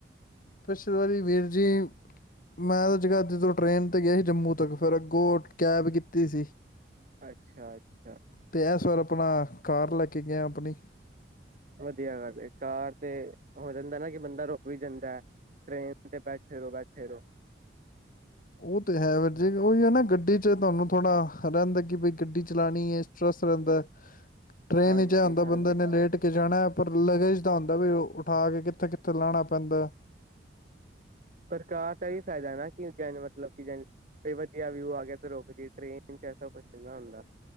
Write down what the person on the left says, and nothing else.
ਪਿਛਲੇ ਵਾਰੀ ਵੀਰ ਜੀ, ਮੈਂ ਤਾਂ ਜਗਦਰੀ ਤੋਂ ਟਰੇਨ ਤੇ ਗਿਆ ਸੀ, ਜੰਮੂ ਤੱਕ ਫਿਰ ਅੱਗੋਂ ਕੈਬ ਕੀਤੀ ਸੀ।
ਤੇ ਇਸ ਵਾਰ ਆਪਣਾ, ਕਾਰ ਲੈ ਕੇ ਗਿਆ ਆਪਣੀ।
ਉਹ ਤੇ ਹੈ, ਵੀ ਜੇ ਉਹੀ ਹੈ ਨਾ ਗੱਡੀ ਚ ਤੁਹਾਨੂੰ ਥੋੜਾ ਰਹਿੰਦਾ ਕਿ ਬਈ, ਗੱਡੀ ਚਲਾਉਣੀ ਹੈ ਸਟਰੱਸ ਰਹਿੰਦਾ। ਟਰੇਨਚ
ਹੀ ਆਂਦੇ
ਬੰਦੇ ਨੇ ਲੇਟ ਕੇ ਜਾਣਾ ਹੈ, ਪਰ ਲਗੇਜ ਦਾ ਹੁੰਦਾ ਵੀ ਉਠਾ ਕੇ, ਕਿੱਥੇ, ਕਿੱਥੇ ਲਾਣਾ ਪੈਂਦਾ।